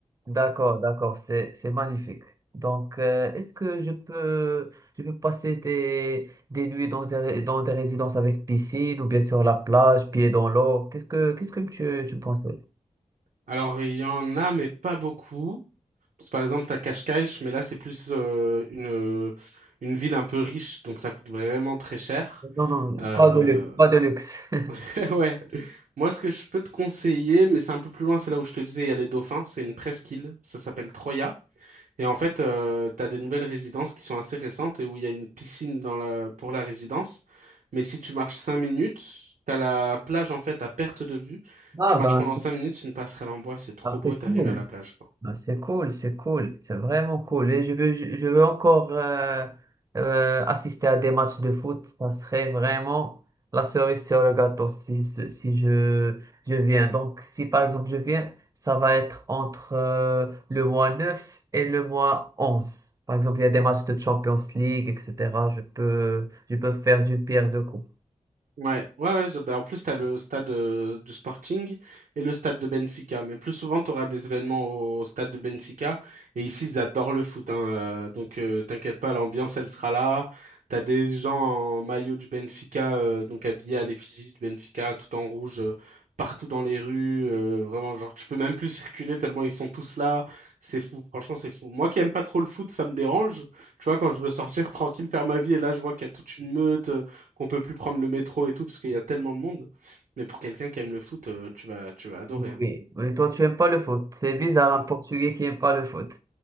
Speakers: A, on the right; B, on the right.
A: D'accord, d'accord, c'est c'est magnifique. Donc, euh, est-ce que je peux je peux passer des, des nuits dans des, ré- dans des résidences avec piscine ou bien sur la plage, pieds dans l'eau? Qu'est-ce que qu'est-ce que tu, tu me conseilles?
B: Alors il y en a, mais pas beaucoup. Parce que, par exemple, t'as Cascais, mais là c'est plus euh, une euh, une ville un peu riche, donc ça coûte vraiment très cher.
A: Non, non,
B: Euh,
A: pas de luxe, pas de luxe. <laughs>
B: <laughs> ouais. Moi, ce que je peux te conseiller, mais c'est un peu plus loin, c'est là où je te disais, il y a les dauphins. C'est une presqu'île, ça s'appelle Troya. Et en fait, euh, tu as des nouvelles résidences qui sont assez récentes et où il y a une piscine dans la... pour la résidence. Mais si tu marches 5 minutes, tu as la plage en fait à perte de vue.
A: Ah
B: Tu marches
A: ben
B: pendant 5 minutes, c'est une passerelle en bois, c'est trop
A: ah,
B: beau
A: c'est
B: et tu
A: cool,
B: arrives à la plage, quoi.
A: Ben, c'est cool, c'est cool, c'est vraiment cool. Et je veux, je je veux encore euh, euh, assister à des matchs de foot. Ça serait vraiment la cerise sur le gâteau si, si si je, je viens. Donc si par exemple je viens, ça va être entre euh, le mois 9 et le mois onze Par exemple, il y a des matchs de Champions League, etc. Je peux, je peux faire du pierre de coups.
B: Ouais, ouais, ouais. je- ben, en plus, t'as le stade euh, du Sporting et le stade de Benfica. Mais plus souvent, t'auras des événements au, stade de Benfica. Et ici, ils adorent le foot. Hein, euh, donc, euh, t'inquiète pas, l'ambiance, elle sera là. T'as des gens en maillot du Benfica, euh, donc habillés à l'effigie du Benfica, tout en rouge, euh, partout dans les rues. euh, vraiment, genre, tu peux même plus circuler tellement ils sont tous là. C'est fou. Franchement, c'est fou. Moi qui aime pas trop le foot, ça me dérange. Tu vois, quand je veux sortir <laughs> tranquille, faire ma vie, et là, je vois qu'il y a toute une meute qu'on peut plus prendre le métro et tout parce qu'il y a tellement de monde. Mais pour quelqu'un qui aime le foot, euh, tu vas, tu vas adorer.
A: Oui,
B: hein.
A: mais toi tu aimes pas le foot. C'est bizarre
B: Mm.
A: un Portugais qui aime pas le foot.